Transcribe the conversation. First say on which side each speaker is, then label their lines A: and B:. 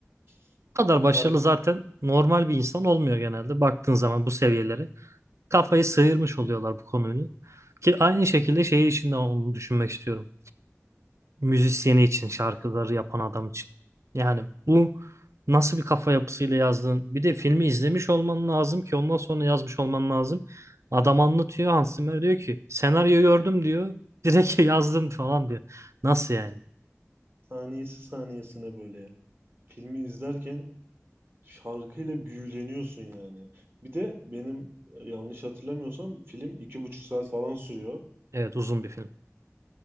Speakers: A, on the right; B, on the right.
A: <laughs>
B: bu kadar
A: Çok
B: başarılı
A: ayrı
B: zaten
A: bir şey.
B: normal bir insan olmuyor genelde baktığın zaman bu seviyelere. kafayı sıyırmış oluyorlar bu konuyla. Ki aynı şekilde şey için de onu düşünmek istiyorum. Müzisyeni için, şarkıları yapan adam için. Yani bu nasıl bir kafa yapısıyla yazdığın, bir de filmi izlemiş olman lazım ki ondan sonra yazmış olman lazım. Adam anlatıyor, Hans Zimmer diyor ki senaryo
A: Her
B: gördüm diyor, direkt <laughs> yazdım falan diyor. Nasıl yani?
A: saniyesi saniyesine böyle ya. Filmi izlerken şarkıyla büyüleniyorsun yani. Bir de benim e, yanlış hatırlamıyorsam film iki buçuk saat falan sürüyor.
B: Evet uzun bir film.